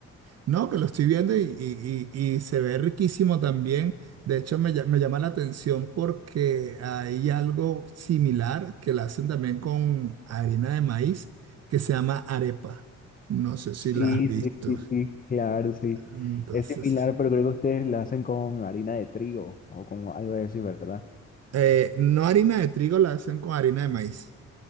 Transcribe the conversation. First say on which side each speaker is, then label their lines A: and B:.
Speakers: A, on the right; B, on the left.
A: no, que lo estoy viendo y, y- y- y se ve riquísimo también. De hecho, me, lla- me llama la atención porque hay algo similar que la hacen también con harina de maíz que se llama arepa. No sé si
B: Sí,
A: la has visto.
B: sí, sí, sí, claro, sí.
A: Entonces,
B: Es similar, pero creo que ustedes la hacen con harina de trigo o con algo de eso, ¿verdad?
A: eh, no harina de trigo, la hacen con harina de maíz.